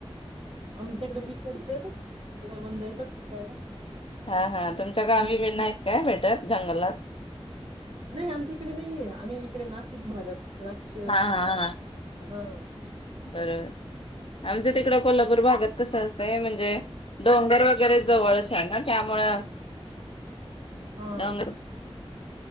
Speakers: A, on the right; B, on the left.
A: आमच्याकडे बिकते. ंद येतच बिकायला
B: हा हा तुमच्या गावी बी नाहीत काय भेटत जंगलात
A: नाही आमच्या इकडे नाहीये आम्ही इकडे नाशिक भागात द्रक्ष
B: हां हां हां,
A: हा.
B: बरोबर आमचं तिकडे कोल्हापूर भागात कसं असतंय म्हणजे डोंगर वगैरे जवळच आहे ना त्यामुळं
A: हा
B: डांंग.